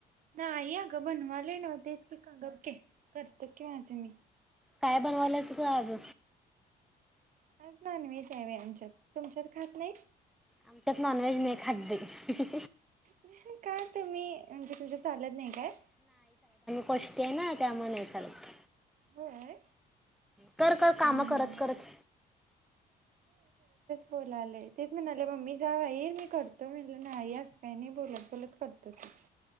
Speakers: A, on the right; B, in the centre.
A: नाही अगं बनवाले नव्ह. तेच की काम करते, करते की केव्हाच मी.
B: काय बनवायलास ग आज?
A: आज नॉनव्हेज आहेव आमच्याकडे. तुमच्यात खात नाही?
B: आमच्यात नॉनव्हेज नाही खात बाई.
A: मेन का तुम्ही म्हणजे तुझ्या चालत नाही काय?
B: कष्ट आहे ना, त्यामुळे नाय चालत.
A: होय
B: कर कर काम
A: हम्म
B: करत
A: हम्म.
B: करत
A: बोलाले. तेच म्हणाले मम्मी जा भाईर मी करतो. म्हटलं नाही असं काही नाही बोलत बोलत करतो की.